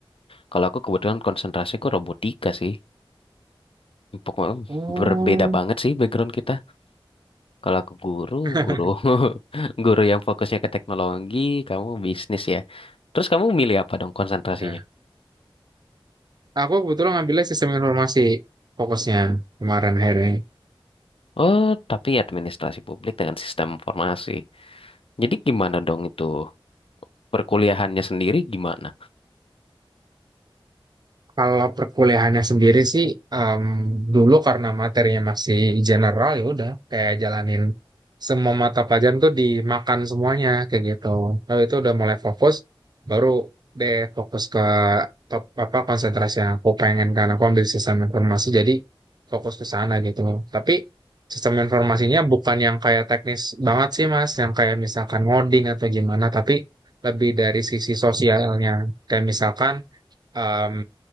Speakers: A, on the left (about 80°); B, on the right (about 50°).
A: kalau aku kebetulan konsentrasiku robotika sih. Pokoknya
B: Oh,
A: berbeda banget sih background kita. Kalau aku guru,
B: <laughs>
A: guru, <laughs> guru yang fokusnya ke teknologi, kamu bisnis ya. Terus kamu milih apa dong konsentrasinya?
B: Iya. Aku kebetulan ngambilnya sistem informasi fokusnya kemarin akhirnya.
A: Oh, tapi administrasi publik dengan sistem informasi. Jadi gimana dong itu? Perkuliahannya sendiri gimana?
B: Kalau perkuliahannya sendiri sih em, dulu karena materinya masih general ya udah kayak jalanin semua mata pelajaran tuh dimakan semuanya kayak gitu. Lalu itu udah mulai fokus baru deh fokus ke top apa konsentrasi yang aku pengen karena aku ambil sistem informasi jadi fokus ke sana gitu. Tapi sistem informasinya bukan yang kayak teknis banget sih Mas, yang kayak misalkan ngoding atau gimana tapi lebih dari sisi sosialnya. Kayak misalkan Em,